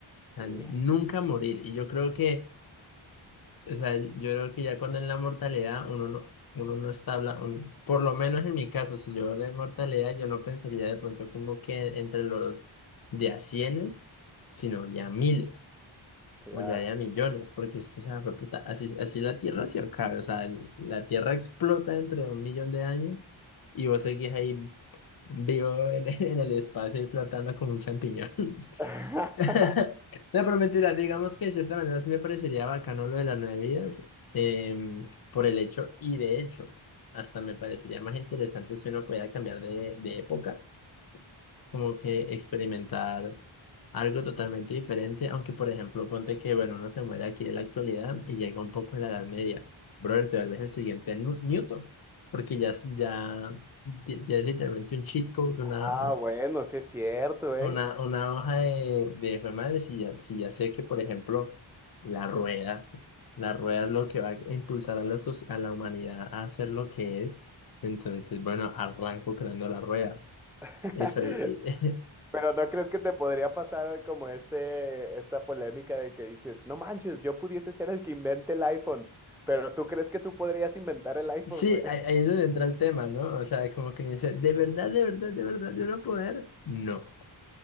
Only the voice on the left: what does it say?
sea,
nunca morir. Y yo creo que O sea, yo creo que ya cuando en la mortalidad uno no, uno no está hablando, por lo menos en mi caso, si yo hablo de mortalidad, yo no pensaría de pronto como que entre los de a cienes, sino ya miles
o ya de a millones, porque es que, o sea, fue puta, así, así la Tierra se acaba, o sea, el- la Tierra explota dentro de un millón de años y vos seguís ahí vivo en, <laughs> en el espacio y flotando como un champiñón.
<laughs> No, pero mentira, digamos que de cierta manera sí me parecería bacano lo de las nueve vidas, em, por el hecho, y de hecho, hasta me parecería más interesante si uno pudiera cambiar de, de época, como que experimentar algo totalmente diferente, aunque por ejemplo, ponte que, bueno, uno se muere aquí en la actualidad y llega un poco en la Edad Media, brother, te vuelves el siguiente Nu- Newton, porque ya, es- ya, ya es literalmente un cheat code, una,
una, una hoja de, de jue madre, si ya, si ya sé que, por ejemplo, la rueda, la rueda es lo que va a impulsar a la, soc- a la humanidad a hacer lo que es, entonces, bueno, arranco creando la rueda.
Eso, y- y-
<laughs>
sí,
ahí, ahí es donde entra el tema, ¿no? O sea, como que dice, ¿de verdad, de verdad, de verdad yo no poder? No.